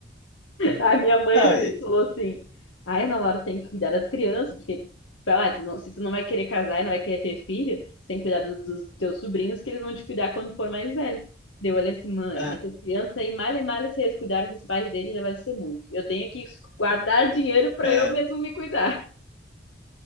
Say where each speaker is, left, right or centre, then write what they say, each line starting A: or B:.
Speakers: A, on the left; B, on the left.
A: a minha mãe
B: Não,
A: assim,
B: e-
A: falou assim: Ai, Ana Laura tem que cuidar das crianças, porque, tipo, ela, "Ah, tu não- se tu não vai querer casar e não vai querer ter filho, tu tem que cuidar do- dos teus sobrinhos, que eles vão te cuidar quando for mais velho. Daí eu olhei assim, mãe,
B: ah,
A: essas crianças aí, mal e mal, se eles cuidarem dos pais deles, já vai ser muito. Eu tenho que guardar dinheiro pra
B: É,
A: eu mesmo me cuidar. <laughs>